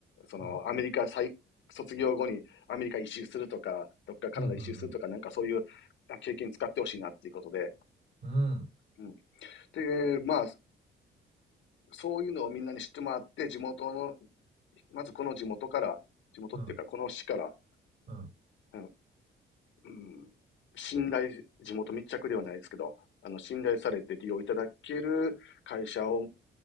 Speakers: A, on the left (about 70°); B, on the right (about 60°).
A: その、
B: うん。うん。
A: アメリカ再、卒業後にアメリカ一周するとか、どっかカナダ一周するとか、
B: うん。
A: なんかそういう経験使ってほしいなっていうことで、
B: うん。
A: うん。で、まあ、そういうのをみんなに知ってもらって、地元の、まずこの地元から、地元っていうか、
B: うん。
A: この市から、
B: うん
A: うん、うん信頼、地元密着ではないですけど、あの、信頼されて利用いただける会社を、